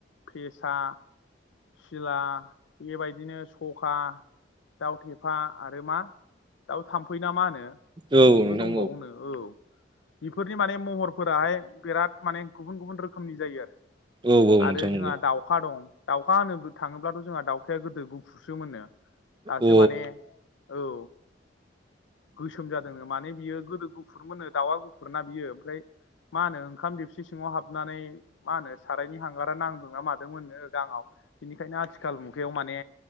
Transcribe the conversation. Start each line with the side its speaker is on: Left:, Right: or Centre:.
Left: फेसा सिला बेबायदिनो सखा दाउ थेफा आरो मा दाउ थाम्फै ना मा होनो?
Right: औ
Left: बेबो
Right: नोंथां
Left: दंबावनो औ बेफोरनि माने महरफोराहाय बिराद माने गुबुन गुबुन रोखोमनि जायो आरो।
Right: औ औ
Left: आरो
Right: नोंथां नंगौ
Left: जोंहा दाउखा दं दाउखा होनो थाङोब्लाथ' जोंहा दाउखाया गोदो गुफुरसो मोनो दासो
Right: औ
Left: माने औ गोसोम जादों माने बियो गोदो गुफुर मोनो दाउा गुफुर ना बियो ओमफ्राय मा होनो ओंखाम देपसि सिङाव हाबनानै मा होनो सारायनि हांगारा नांदोंना मादों मोननो दाङाव बेनिखायनो आथिखाल मुगायाव माने